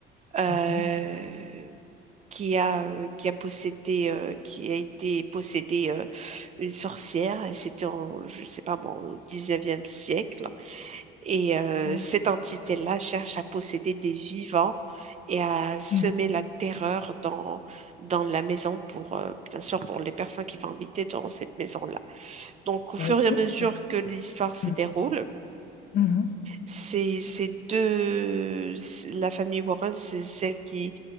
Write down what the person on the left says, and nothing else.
mhm,
ok.
mhm.
Bah
écoute,
c'est-
mhm,
mhm.